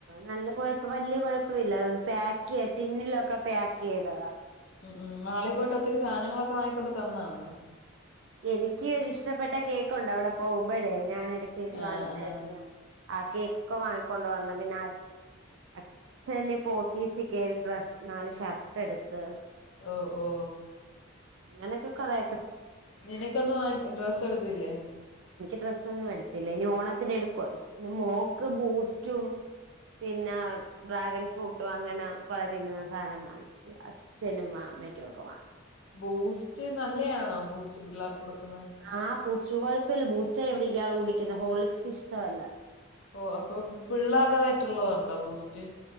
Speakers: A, on the right (about 65°); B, on the left (about 75°).
A: നല്ല കുഴപ്പം വലിയ കുഴപ്പില്ല പാക്ക് ടിന്നിലൊക്കെ പാക്ക് ചെയ്തതാ
B: മ് മ് മാളിൽ പോയിട്ട് ഒത്തിരി സാധനങ്ങളൊക്കെ വാങ്ങിക്കൊണ്ട് തന്നാമ്മോ
A: എനിക്ക് ഒരി ഇഷ്ടപ്പെട്ട കേക്കുണ്ട് അവിടെ പോകുമ്പോഴേ ഞാൻ ഇടക്കിടക്ക്
B: ആ
A: വാങ്ങിന്നർന്നയാ
B: ആ
A: ആ കേക്കൊക്കെ വാങ്ങിക്കൊണ്ട് വന്നു പിന്നെ അ അച്ഛന പോത്തീസ് കേറി ഡ്രസ്സ് നാല് ഷർട്ട എടുത്ത്
B: ഓ ഓ
A: അകനെ ഒകെ കൊറേ എ
B: നിനക്ക ഒന്നു വാ ഡ്രസ്സ് എടുത്തില്ലേ
A: ഡ്രസ് ഒന്നും എടുത്തില്ല ഇനി ഓണത്തിന് എടുക്കുവല്ലോ പിന്നെ മോക്ക് ബൂസ്റ്റും പിന്നെ ഡ്രാഗൺ ഫ്രൂട്ടും അങ്ങനെ കൊറെ തിന്നുന്ന സാധനം വാങ്ങിച്ചു അച്ഛനും അമ്മയ്ക്കും ഒക്കെ വാങ്ങിച്ചു
B: ബൂസ്റ്റ് നല്ലയാണോ ബൂസ്റ്റ് പിള്ളേർക്ക് കൊടുക്കുന്ന
A: ആ ബൂസ്റ്റ് കൊയപ്പില്യ ബുസ്റ്റ് എവിടെതെയാണ് കുടിക്കുന്നെ ഹോളിസ് ഇഷ്ടമല്ല
B: ഓ അപ്പൊ പിള്ളേരുടേതായിട്ടുള്ളതണ്ടോ ബൂസ്റ്റ്